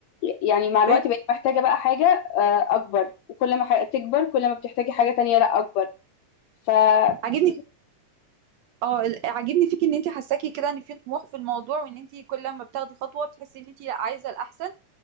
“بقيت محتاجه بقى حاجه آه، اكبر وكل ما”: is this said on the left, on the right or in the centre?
Left